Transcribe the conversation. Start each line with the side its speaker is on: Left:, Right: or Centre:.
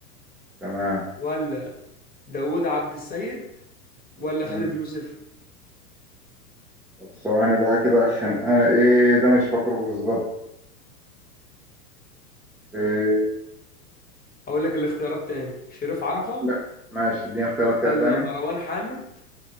Centre: تمام
Left: ولا داوود عبد السيد ولا
Centre: مم.
Left: خالد يوسف
Centre: طب ثواني بقى كده عشان انا ايه ده مش فاكره بالظبط إيه
Left: اقول لك الاختيارات تاني شريف عرفة
Centre: لك ماشي اديني اختيارات كده
Left: ولا
Centre: تاني
Left: مروان حامد